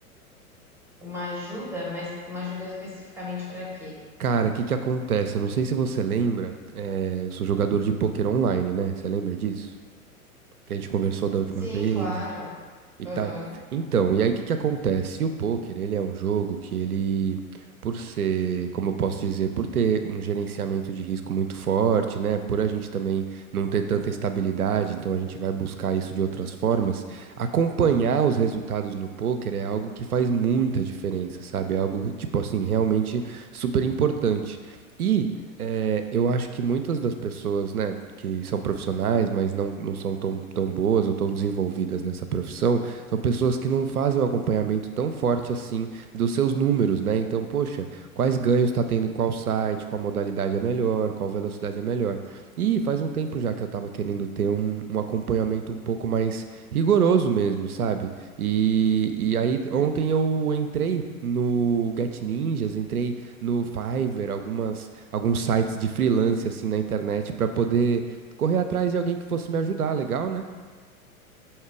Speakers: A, in the centre; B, on the right.
A: Uma ajuda, mas uma ajuda especificamente para quê?
B: Cara, o que que acontece? Eu não sei se você lembra, eh, eu sou jogador de pôquer online, né? Você lembra disso? Que a gente conversou da última
A: Sim,
B: vez.
A: claro.
B: E
A: Uhum.
B: tal. Então, e aí o que que acontece? O poker, ele é um jogo que ele, por ser, como eu posso dizer, por ter um gerenciamento de risco muito forte, né? Por a gente também não ter tanta estabilidade, então a gente vai buscar isso de outras formas. Acompanhar os resultados no poker é algo que faz muita diferença, sabe? É algo, tipo assim, realmente super importante. E eh, eu acho que muitas das pessoas, né, que são profissionais, mas não, não são tão, tão boas ou tão desenvolvidas nessa profissão, são pessoas que não fazem o acompanhamento tão forte assim dos seus números, né? Então, poxa, quais ganhos está tendo em qual site, qual modalidade é melhor, qual velocidade é melhor. E faz um tempo já que eu estava querendo ter um, um acompanhamento um pouco mais rigoroso mesmo, sabe? E, e aí ontem eu entrei no Get Ninjas, entrei no Fiverr, algumas, alguns sites de freelance assim na internet para poder correr atrás de alguém que fosse me ajudar, legal, né?